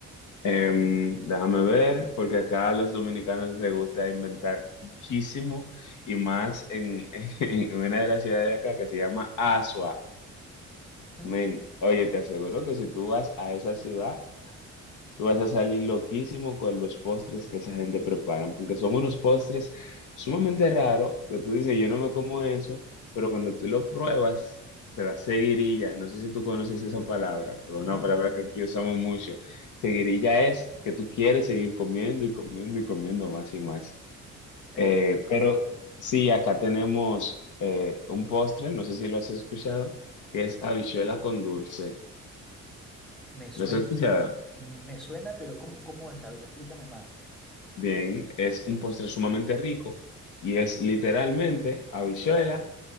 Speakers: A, on the left (about 75°); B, in the centre.
A: Em, déjame ver, porque acá a los dominicanos les gusta inventar muchísimo y más en, <laughs> en una de las ciudades de acá que se llama Asua.
B: Ujú.
A: Men, oye, te aseguro que si tú vas a esa ciudad, Tú vas a salir loquísimo con los postres que esa gente prepara, porque son unos postres sumamente raros que tú dices, yo no me como eso, pero cuando tú lo pruebas, te da seguirilla. No sé si tú conoces esa palabra, pero
B: No,
A: una palabra que aquí usamos mucho. Seguirilla es que tú quieres seguir comiendo y comiendo y comiendo más y más.
B: eso
A: Eh,
B: es-
A: pero sí, acá tenemos eh, un postre, no sé si lo has escuchado, que es habichuela con dulce.
B: me suena,
A: ¿Lo has escuchado?
B: me suena, pero ¿cómo, cómo es? A ver, explícame más.
A: Bien, es un postre sumamente rico y es literalmente habichuela,